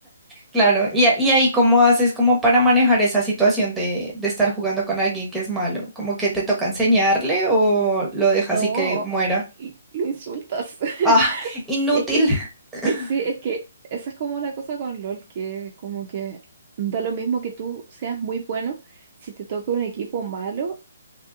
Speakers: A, in the centre; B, on the right.
A: Claro, y, a- y ahí cómo haces como para manejar esa situación de, de estar jugando con alguien que es malo, como que te toca enseñarle o lo dejas
B: no,
A: así que muera.
B: y lo insultas. <laughs>
A: Ah, inútil.
B: Es que,
A: <laughs>
B: eh, sí, es que esa es como la cosa con LOL, que como que da lo mismo que tú seas muy bueno, si te toca un equipo malo,